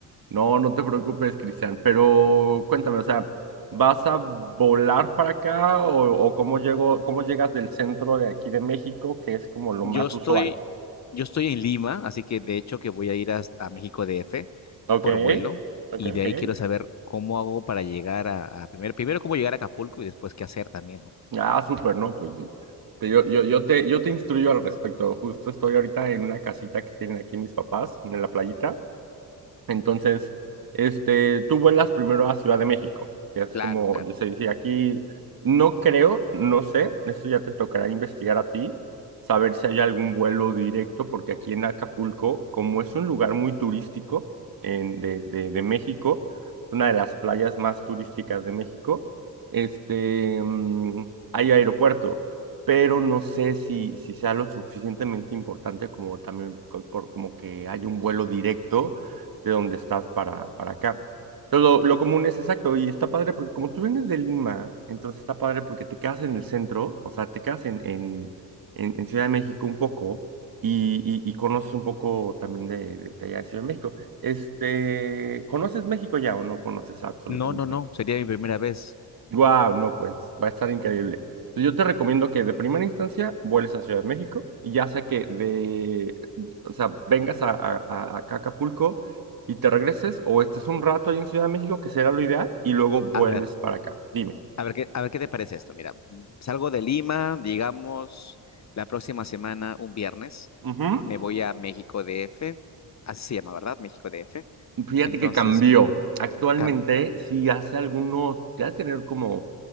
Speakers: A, on the right; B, on the left.
A: no, no te preocupes, Cristian, pero cuéntame, o sea, ¿vas a volar para acá o, o cómo llego, cómo llegas del centro de aquí de México, que es como lo
B: Yo
A: más
B: estoy,
A: usual?
B: yo estoy en Lima, así que de hecho que voy a ir a, a México DF
A: Ok,
B: por vuelo
A: ok,
B: y de
A: ok.
B: ahí quiero saber cómo hago para llegar a, a primero, primero cómo llegar a Acapulco y después qué hacer también, ¿no?
A: Ah, súper, ¿no? Pues yo, yo, yo te, yo te instruyo al respecto. Justo estoy ahorita en una casita que tienen aquí mis papás, en la playita. Entonces, este, tú vuelas primero a Ciudad de México, que es
B: Claro,
A: como,
B: claro.
A: yo sé, si aquí no creo, no sé, eso ya te tocará investigar a ti, saber si hay algún vuelo directo, porque aquí en Acapulco, como es un lugar muy turístico en, de, de, de México, una de las playas más turísticas de México, este, mm, hay aeropuerto, pero no sé si, si sea lo suficientemente importante como también co- por- como que haya un vuelo directo de donde estás para, para acá. Entonces, lo, lo común es exacto, y está padre porque como tú vienes de Lima, entonces está padre porque te quedas en el centro, o sea, te quedas en, en, en, en Ciudad de México un poco y, y, y conoces un poco también de, de allá de Ciudad de México. Este, ¿conoces México ya o no conoces absolutamente
B: No, no, no,
A: nada?
B: sería mi primera vez.
A: Wow, no, pues va a estar increíble. Entonces, yo te recomiendo que de primera instancia vueles a Ciudad de México, y ya sea que de, o sea, vengas a, a- a- acá a Acapulco y te regreses, o estés un rato ahí en Ciudad de México, que será lo ideal, y luego vueles
B: A ver.
A: para acá. Dime.
B: A ver qué, a ver qué te parece esto. Mira, salgo de Lima, digamos, la próxima semana, un viernes,
A: Ujú.
B: me voy a México DF, así se llama, ¿verdad? México DF.
A: Fíjate
B: Entonces,
A: que cambió. Actualmente,
B: cam-
A: sí, hace algunos, ya de tener como